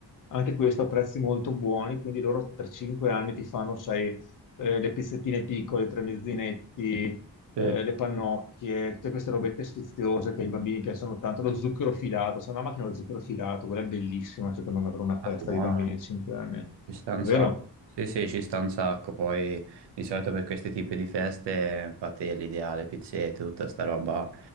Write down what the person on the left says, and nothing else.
Anche questo a prezzi molto buoni, quindi loro per 5 anni ti fanno, sai, eh, le pizzettine piccole, tre mezzinetti,
eh, le pannocchie, tutte queste robette sfiziose che ai bambini piacciono tanto, lo zucchero filato, se no, la macchina dello zucchero filato, quella è bellissima secondo me per una
festa
di bambini di 5 anni,
vero?